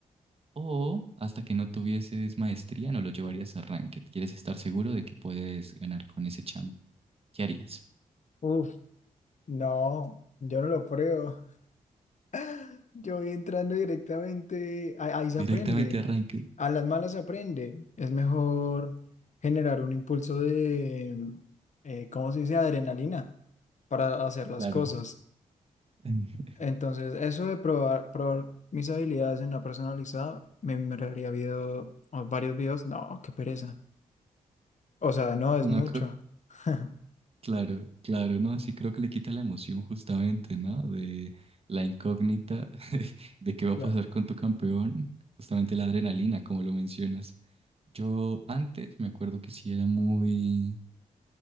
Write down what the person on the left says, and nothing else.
Uf, no, yo no lo pruebo. <laughs> Yo voy entrando directamente, a- ahí
se aprende,
a las malas se aprende. Es mejor generar un impulso de, eh, ¿cómo se dice? Adrenalina para hacer las
cosas.
Entonces, eso de probar, probar mis habilidades en la personalizada, me miraría video, o varios videos. No, qué pereza. O sea, no es
mucho.
<laughs>
Claro.